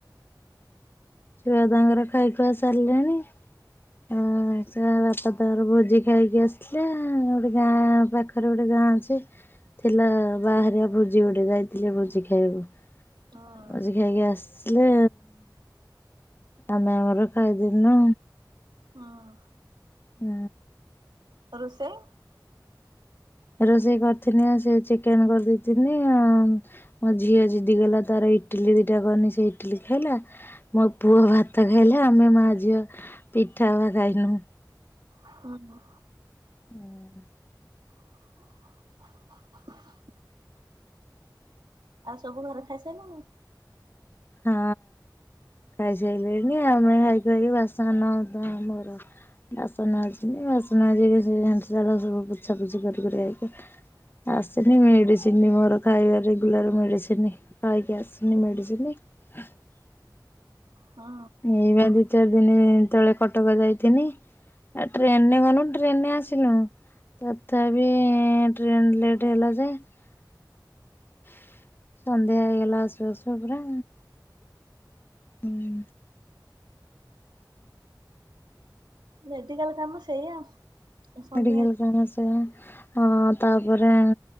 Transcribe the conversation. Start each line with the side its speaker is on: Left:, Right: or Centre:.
Left: ଛୁଆ ତା'ଙ୍କର ଖାଇ ଖୁଆ ସାର୍ଲେଣି। ଆଁ, ସେ ବାପା ତା ଭୋଜି ଖାଇକି ଆସ୍‌ଥିଲେ। ଗୋଟେ ଗାଁ ପାଖରେ ଗୋଟେ ଗାଁ ଅଛି, ଥିଲା ବାହାହରିଆ ଭୋଜି ଗୋଟେ। ଯାଇଥିଲେ ଭୋଜି ଖାଇବାକୁ।
Right: ହଁ
Left: ଭୋଜି ଖାଇକି ଆସ୍‌ଲେ ଆମେ ଆମର ଖାଇଦେଲୁ ନା
Right: ହଁ।
Left: ହୁଁ।
Right: ରୋଷେଇ?
Left: ରୋଷେଇ କରିଥିନି ସେ ଚିକେନ କରିଦେଇଥିନି ଆଉ ମୋ ଝିଅ ଜିଦିଗଲା ତାର ଇ ଇଟିଲି ଦିଟା କଲି ସେ ଇଟିଲି ଖାଇଲା ମୋ ପୁଅ ଭାତ ଖାଇଲା ଆମେ ମା ଝିଅ ପିଠା ବା ଖାଇଲୁନୁ।
Right: ହଁ ବ।
Left: ହୁଁ।
Right: <inaudible> ଆଉ ସବୁ ଘରେ ଖାଇସାରିଲେଣି?
Left: ହୁଁ। ଖାଇସାରିଲେଣି ଆମେ ଖାଇକି ଖାଇ କରି ବାସନ ଆମର ବାସନ ଅଛି। ବାସନମାଜିକି ସେ ହାଣ୍ଡି ଶାଳ ସବୁ ପୋଛା ପୋଛି କରି କରି ଆଇକି ଆସିନି ମେଡିସିନ ମୋର ଖାଇବା ରେଗୁଲାର ମେଡିସିନ ଖାଇକି ଆସିନି ମେଡିସିନ। <inaudible>
Right: ହଁ
Left: ଏଇ ବା ଦି ଚାରି ଦିନ ଦିନି ତଳେ କଟକ ଯାଇଥିନି ଆ ଟ୍ରେନରେ ଗଲୁ ଟ୍ରେନ ରେ ଆସିଲୁ। ତଥାପି ଟ୍ରେନ ଲେଟ ହେଲା ଯେ ସନ୍ଧ୍ୟା ହେଇଗଲା ଆସୁ ଆସୁ ପୁରା। ହୁଁ।
Right: ମେଡିକାଲ କାମ ସେଇଆ ସନ୍ଧ୍ୟା
Left: ମେଡିକଲ କାମ ସେଇଆ। ହ ତାପରେ